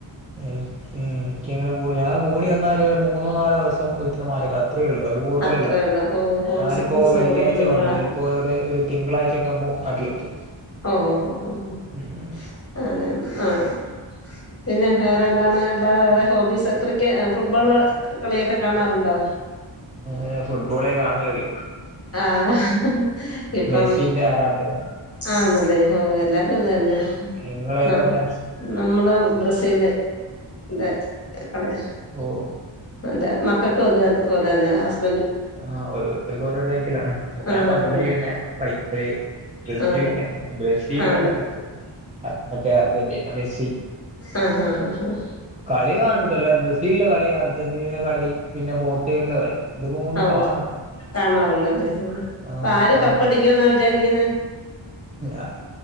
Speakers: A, on the right (about 15°); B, on the left (about 30°).
A: എനിക്ക് എനിക്ക്ങ്ങനെ കൂടി ഞാൻ കൂടി വന്നാല് ഒരു മൂന്നോ നാലോ ദിവസം വീട്ടുന്ന് മാറിയ്കാരം ത്രേ ഒള്ളൂ അതിൽ കൂടുതലല്ല.
B: അത്രേ ഉള്ളൂ ഓ ഹോം
A: ഞാനിപ്പോ
B: സിക്നസ്
A: വെള്ളിയാഴ്ച
B: കൂടുതലുള്ള
A: വന്നത് ഇനി പ്പോയത് ഒരു തിങ്കളാഴ്ച ഒക്കെ ആകുമ്പോ നാട്ടിലെത്തും
B: ഓ ഓ ഓ ഓ
A: ഉം
B: ആനെ ആഹ് പിന്നെ വേറെ എന്താന്ന് അല്ലാതെ വേറെ ഹോബീസ് ക്രിക്കറ്റ് ഫുട്ബോള് കളിയൊക്കെ കാണാറുണ്ടോ
A: ഏഹ് ഫുട്ബോളേ കാണലുള്ളൂ
B: ആഹ് ഇപ്പം
A: മെസ്സിന്റെ ആരാധകനാ
B: ആന്നല്ലേ ഓ എല്ലാരും അതന്നെ
A: നിങ്ങളേതാ
B: നാം
A: ഫാൻസ്
B: നമ്മള് ബ്രസീല്ന്റെ കളി
A: ഓഹ്
B: എന്റെ മക്കക്കും അത്പലെ തന്നെ ഹസ്
A: ആഹ് ഓരോരുത്തർക്കും ഓരോലൈക്കല്ലേ ഞാൻ
B: ആന്ന്
A: പണ്ടേ പിന്നെ പഠിപ്പ്‌. ബ്രസീൽഫാന്
B: ആ
A: ബ്രസീൽ
B: ആന്ന്
A: അല്ല സോറി മറ്റേ അർജന്റീ മെസ്സി
B: ആഹ് ആഹ് ആഹ് ആഹ്
A: കളി കാണൂട്ടോ അല്ല ബ്രസീലിന്റെ കളി അർജന്റീനയുടെ കളി പിന്നെ പോർച്ചുഗലിന്റെ കളി ന്നും
B: ആ ഓ
A: കാണും
B: കാണാറുണ്ടല്ലേ ആഹ്
A: ആഹ്
B: ഇപ്പ ആര്
A: കാണും
B: കപ്പടിക്കുന്നാ വിചാരിക്കുന്നെ
A: ആഹ്